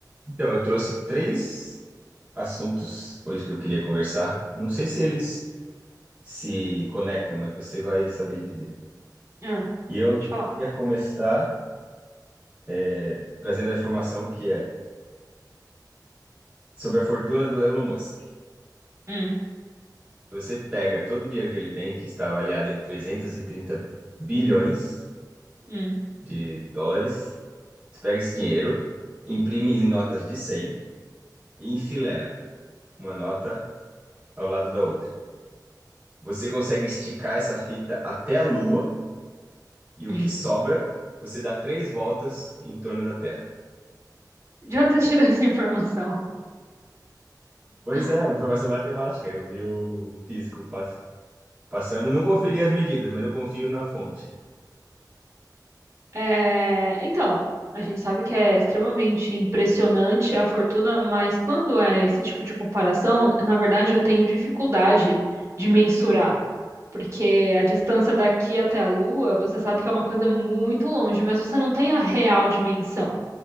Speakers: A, on the right (about 20°); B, on the right (about 40°).
A: Então, eu trouxe três assuntos hoje que eu queria conversar. Não sei se eles se conectam, mas você vai saber dizer.
B: Ah,
A: E eu
B: pode falar.
A: ia começar é, trazendo a informação que é sobre a fortuna do Elon Musk.
B: Hum,
A: Se Você pega todo o dinheiro que ele tem, que está avaliado em trezentos e trinta bilhões
B: hum.
A: de dólares, você pega esse dinheiro, imprime em notas de 100 e enfileira uma nota ao lado da outra. Você consegue esticar essa fita até a Lua e
B: <laughs>
A: o que sobra, você dá três voltas em torno da Terra.
B: De onde você tirou essa informação?
A: Pois
B: <laughs>
A: é, informação matemática. Eu vi o físico pass- passando, não conferi as medidas, mas eu confio na fonte.
B: É, então, a gente sabe que é extremamente impressionante a fortuna, mas quando é esse tipo de comparação, na verdade eu tenho dificuldade de mensurar, porque a distância daqui até a Lua, você sabe que é uma coisa muito longe, mas você não tem a real dimensão.